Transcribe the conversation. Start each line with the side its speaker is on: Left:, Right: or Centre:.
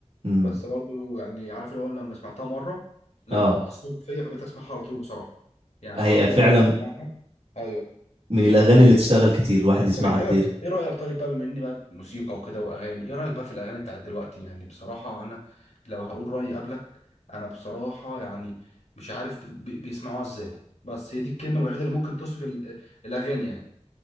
Right: امم
Left: بس برضو يعني عارف اللي هو لما سمعتها مره لا
Right: آه
Left: اثرت فيا فبقيت اسمعها على طول بصراحه يعني
Right: هي
Left: على طول
Right: فعلا
Left: كده اسمعها ايوه
Right: من الأغاني اللي تشتغل كتير الواحد يسمعها
Left: طب انت
Right: كتير
Left: ايه إيه رايك طيب بقى بما اني بقى موسيقى وكده واغاني ايه رايك بقى في الاغاني بتاعت دلوقتي يعني بصراحه انا لو هقول رايي قبلك انا بصراحه يعني مش عارف بي- بي- بيسمعوها ازاي بس هي دي الكلمه الوحيده اللي ممكن توصف ال- الاغاني يعني